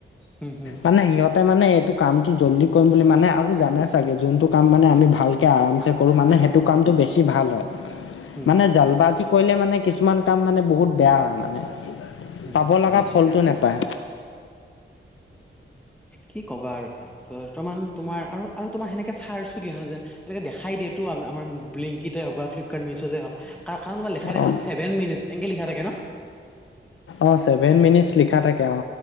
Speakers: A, in the centre; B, on the left.
A: হম হম
B: মানে সিহঁত তাৰ মানে এইটো কামটো জল্দি কৰিম বুলি মানে আৰু জানে চাগে যোনটো কাম মানে আমি ভালকৈ আৰামছে কৰোঁ মানে সেইত টো কামটো বেছি ভাল হয়।
A: হম
B: মানে জাল বাজি কৰিলে মানে কিছুমান কাম মানে বহুত বেয়া হয়। মানে
A: <unintelligible>
B: পাব
A: বুজিছো
B: লগা ফলটো নেপায়।
A: কি ক'বা আৰু বৰ্তমান তোমাৰ আৰু-আৰু তোমাৰ সেনেকে চাৰ্চো দিয়ে ন যে এনে দেখাই দিয়েটো আমাৰ ব্লিংকিতে হওঁক বা ফ্লিপকাৰ্ড মিছোতে হওঁক। কাৰ্তখানত মানে লেখাই থাকে।
B: অ'।
A: ন ছেভন মিনিটছ এনকে লিখা থাকে ন।
B: অ', চেভেন মিনিটছ লিখা থাকে। অ,